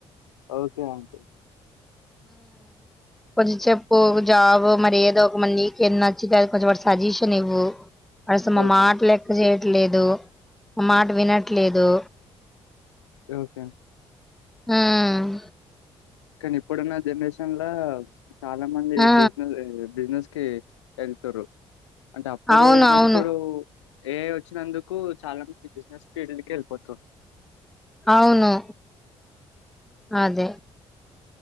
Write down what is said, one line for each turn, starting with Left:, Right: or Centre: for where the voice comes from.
Left: ఓకే ఆంట
Centre: కొంచెం చెప్పు ఒక జాబ్ మరి ఏదో ఒక మంది నీకు ఎ నచ్చితే అ కొంచెం సజెషన్ ఇవ్వు అేస మా
Left: ఓకే.
Centre: మాట లెక్క చే లేదు మాట వినట్లేదు
Left: ఓకే
Centre: మ్మ్
Left: కానీ ఇప్పుడున్న జనరేషన్ లో చాలా మంది
Centre: ఆ,
Left: బిజినెస్ బిజినెస్ కి ఎళ్తుర్రు అంటే అప్పుడు
Centre: అవును
Left: ఏంటంటే
Centre: అవును
Left: ఇప్పుడు ఏ వచ్చినందుకు చాలా మంది బిజినెస్ ఫీల్డ్ కే వెళ్ళిపోతుర్
Centre: అవును అదే